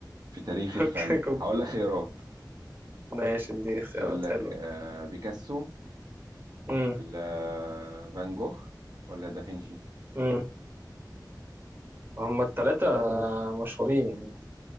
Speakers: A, on the right (about 55°); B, on the right (about 25°).
A: في تاريخ الفن
B: ممكن يكون-
A: هقول لك خيارات
B: ماشي دي اختيارات
A: يقول لك
B: حلوة
A: آه بيكاسو
B: مم.
A: ولا فان جوخ ولا دافنشي
B: امم هما التلاتة مشهورين يعني